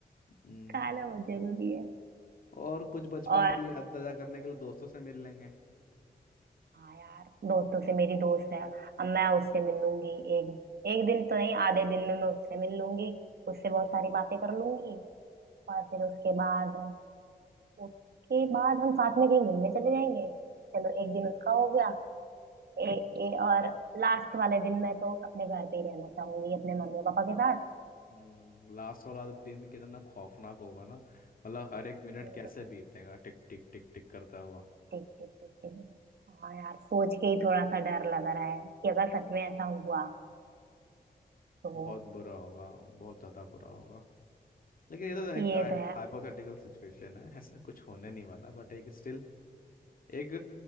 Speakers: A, on the left; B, on the right.
A: हम्म
B: खाना बहुत जरूरी है
A: और कुछ बचपन
B: और
A: की याद ताजा करने के लिए दोस्तों से मिल लेंगे
B: हाँ यार दोस्तों से मेरी दोस्त है अब मैं उससे मिल लूंगी एक एक दिन तो नहीं आधे दिन में मैं उससे मिल लूंगी उससे बहुत सारी बातें कर लूंगी और फिर उसके बाद उसके बाद हम साथ में कहीं घूमने चले जाएंगे चलो एक दिन उसका हो गया ए, ए, और लास्ट वाले दिन मैं तो अपने घर पे ही रहना चाहूंगी अपने मम्मी पापा के साथ
A: हम्म लास्ट वाला दिन कितना खौफनाक होगा ना मतलब हर एक मिनट
B: ये
A: कैसे
B: तो है
A: बीतेगा टिक टिक टिक टिक करता हुआ
B: टिक टिक टिक टिक हाँ यार सोच के ही थोड़ा सा डर लग रहा है कि अगर सच में ऐसा हुआ तो
A: बहुत बुरा होगा बहुत ज्यादा बुरा होगा लेकिन ये तो
B: ये
A: है
B: तो है
A: हाइपोथेटिकल सिचुएशन है ऐसा कुछ होने नहीं वाला बट एक स्टिल एक